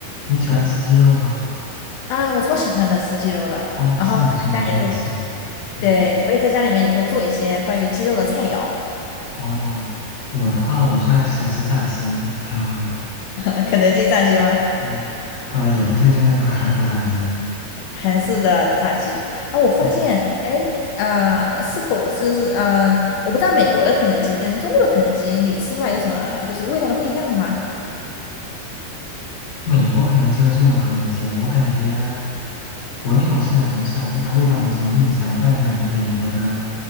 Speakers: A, on the left; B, on the left.
A: 你喜欢吃鸡肉吗？
B: 啊，我超喜欢的吃鸡肉的，
A: 哦，
B: 然后我在家也会做，
A: 是吗？是吗？我也是。嗯，
B: 对，我也在家里面也会做一些关于鸡肉的菜肴，
A: 哦，我的话，我最爱吃的是炸鸡。<laughs>
B: <laughs> 肯德基炸鸡吗？
A: 哦，呃，也不是，就那个韩国炸鸡。
B: <laughs> 韩式的炸鸡啊，我发现，
A: 嗯，
B: 哎，呃，是否是是，呃，我不知道美国的肯德基跟中国的肯德基，你吃出来有什么就是味道的不一样吗？
A: 美国肯德基和中国肯德基啊，我感觉国内我吃的很少，我对它味道没什么印象。但我感觉美国的